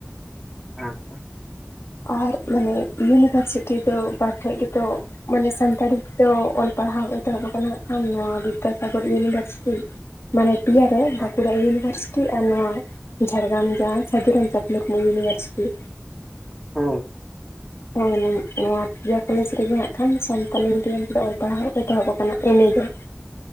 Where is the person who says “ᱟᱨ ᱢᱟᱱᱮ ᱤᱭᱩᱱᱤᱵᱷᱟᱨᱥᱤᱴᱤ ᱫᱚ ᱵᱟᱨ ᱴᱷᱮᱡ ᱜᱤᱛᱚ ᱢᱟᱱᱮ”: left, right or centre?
Left